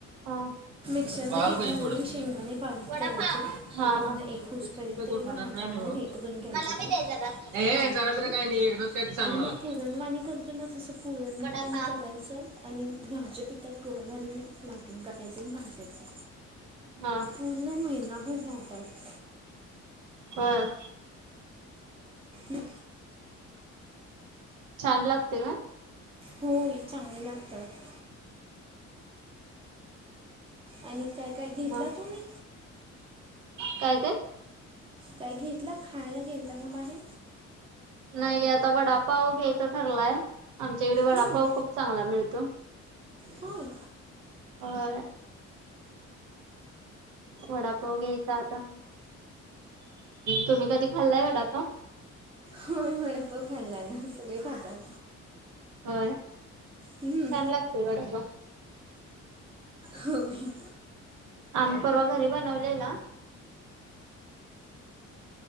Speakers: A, on the right; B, on the right.
A: हा
B: मिक्शरमध्ये
A: बघायला पाहिजे
B: गूळ
A: पुढं.
B: आणि शेंगदाणे बारीक
A: वडापाव
B: करायचे
A: हा
B: पूर्ण
A: हा
B: एक उसपर्यंत
A: काय कोण
B: किंवा
A: खाणार
B: हातानं
A: नाही ना हो.
B: एक करून घ्यायचं
A: मला बी
B: ते
A: दे जरा ए
B: एकजीव
A: जरा
B: करुन
A: बिरा काय नाही एकदाच काय सांग
B: आणि मग
A: मला.
B: पुरणवाणी तो ना तसं पुरणवाणी
A: वडापाव
B: करायचं आणि गव्हाच्या पिठात गोळा घालून लाटून काटायचें आणि भाजायचं
A: हा
B: पण महिनाभर जातात
A: होय
B: ह
A: छान लागते का?
B: होय चांगले लागतात आणि काय काय घेतला
A: मग
B: तुम्ही?
A: काय काय
B: काय घेतला खायला गेल त्यांना बाहेर
A: नाही आता वडापाव घ्यायचा ठरलाय आमच्याकडे वडापाव
B: हं,
A: खूप चांगला मिळतो
B: होय
A: होय वडापाव घ्यायचा आता तुम्ही कधी खाल्लाय वडापाव?
B: होय वडापाव खाल्ला ना सगळे खातात
A: हा
B: हम्म
A: छान लागतं वडापाव
B: होय
A: आम्ही परवा घरी बनवलेला